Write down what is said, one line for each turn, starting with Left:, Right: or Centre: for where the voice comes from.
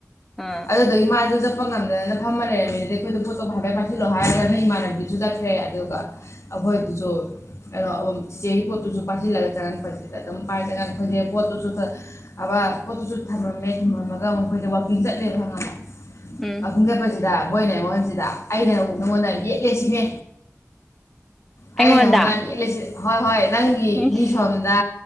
Centre: ꯑꯥ
Left: ꯑꯗꯨꯗꯨꯢ ꯃꯥꯁꯨ ꯆꯠꯄ ꯉꯝꯗꯅ ꯐꯝꯃ ꯂꯩꯔꯝꯃꯤꯗꯨꯗꯤ ꯑꯩꯈꯣꯏꯗꯣ ꯄꯣꯠꯇꯣ ꯍꯥꯏꯕꯠ ꯄꯥꯏꯁꯤꯜꯂꯣ ꯍꯥꯏꯔꯒ ꯅꯪ ꯏꯃꯥꯟꯅꯕꯗꯨꯁꯨ ꯆꯠꯈ꯭ꯔꯦ ꯑꯗꯨꯒ ꯑꯈꯣꯏ ꯑꯗꯨꯁꯨ ꯀꯩꯅꯣ ꯆꯤꯆꯦꯒꯤ ꯄꯣꯠꯇꯨꯁꯨ ꯄꯥꯏꯁꯤꯜꯂꯒ ꯇꯉꯥꯟ ꯐꯖꯤꯜꯂ ꯑꯗꯨꯝ ꯄꯥꯏ ꯇꯉꯥꯟ ꯐꯖꯂꯦ ꯄꯣꯠꯇꯨꯁꯨ ꯈꯔ ꯑꯕ ꯄꯣꯠꯇꯨꯁꯨ ꯊꯝꯃꯝꯃꯦ ꯊꯝꯃꯝꯃꯒ ꯃꯈꯣꯏꯁ ꯋꯥꯛꯀꯤꯡ ꯆꯠꯂꯦꯕ ꯍꯪꯉꯝꯕ
Centre: ꯎꯝ
Left: ꯋꯥꯛꯀꯤꯡ ꯆꯠꯄꯁꯤꯗ ꯁꯤꯗ ꯃꯣꯏꯅ ꯑꯩꯉꯣꯟꯁꯤꯗ ꯑꯩꯅ ꯅꯉꯣꯟꯗ ꯌꯦꯠꯂꯦ ꯁꯤꯅꯦ
Centre: ꯑꯩꯉꯣꯟꯗ
Left: ꯑ ꯅꯪꯉꯣꯟꯗ ꯌꯥꯝ ꯏꯠꯂꯤꯁꯤ ꯍꯣꯏ ꯍꯣꯏ ꯅꯪꯒꯤ
Centre: ꯏꯁ
Left: ꯃꯤ ꯁꯣꯝꯗ